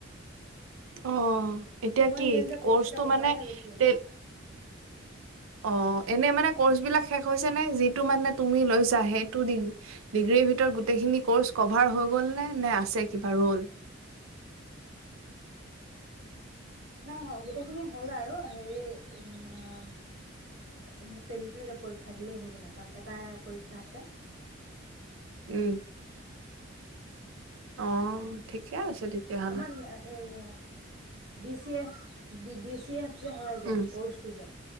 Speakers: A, on the right; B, on the right.
A: অ'। এতিয়া
B: মই
A: কি,
B: নিজে নিজে কৰ্চ
A: ক'ৰ্চটো
B: কেইটা বঢ়াইহে
A: মানে?
B: লৈছো
A: <unintelligible> অ', এনে মানে, ক'ৰ্চ বিলাক শেষ হৈছে নে? যিটো মানে তুমি লৈছা, সেইটো ডিগ্ৰীৰ ভিতৰত গোটেইখিনি ক'ৰ্চ কভাৰ হৈ গল নে? নে আছে কিবা ৰ'ল?
B: নাই, গোটেইখিনি হ'ল আৰু। হেৰি, উম, আহ টেলীটো এতিয়া পৰীক্ষা দিলেই হৈ গ'ল। এটা এটা পৰীক্ষা আছে।
A: উম। অ', ঠিকে আছে। তেতিয়াহ'লে
B: আমাৰ মে এয় <unintelligible> D C F, D D C F যে হয় যে,
A: উম
B: ক'ৰ্চটো যে,